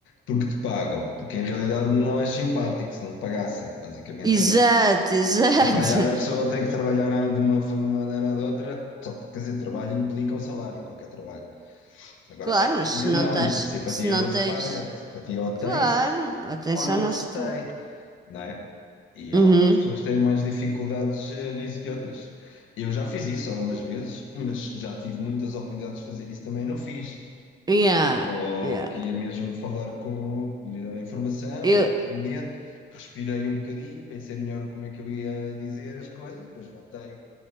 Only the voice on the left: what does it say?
porque te pagam, porque em realidade não és simpático se não te pagassem, basicamente
é isso.
Trabalhar, a pessoa
tem que trabalhar ah, de uma forma- maneira ou de outra, só porque, quer dizer, trabalho implica um salário, qualquer trabalho. Agora,
a simpatia
não,
a simpatia
não
se paga, a simpatia ou tem-se
ou não
se
tem, não é? E
algumas pessoas têm mais dificuldades eh, nisso que outras. Eu já fiz isso algumas vezes, mas já tive muitas oportunidades de fazer isso também, não fiz.
ou
que ia mesmo falar com, ir à informação,
ao parlamento, respirei um bocadinho, pensei melhor como é que eu ia dizer as coisas e depois voltei